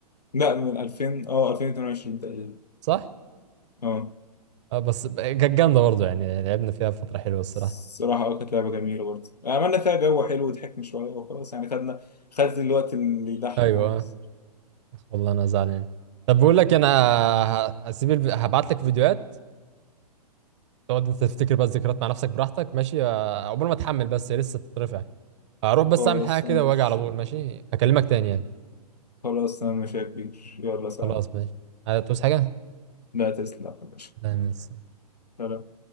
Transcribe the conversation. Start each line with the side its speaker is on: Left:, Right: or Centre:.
Left: لا من 2000 اه 2022 تقريبا
Right: صح
Left: اه
Right: اه بس كانت جامده برضه يعني لعبنا فيها فتره حلوه الصراحه
Left: الصراحة اه كانت لعبة جميلة برضه عملنا فيها جو حلو وضحكنا شوية وخلاص يعني خدنا خدت الوقت اللي يضحك
Right: ايوه
Left: وخلاص
Right: اه والله انا زعلان طب بقول لك انا ه- هسيب الف... هبعت لك فيديوهات تقعد انت تفتكر بقى الذكريات مع نفسك براحتك ماشي آه، عقبال ما اتحمل بس هي لسه بتترفع هروح بس
Left: خلاص
Right: اعمل حاجه كده
Left: انا مش
Right: واجي على طول ماشي هكلمك تاني يعني
Left: خلاص انا مش يا كبير يلا سلام
Right: خلاص ماشي هتعوز حاجه
Left: لا تسلم يا باشا
Right: لا ميرسي.
Left: سلام.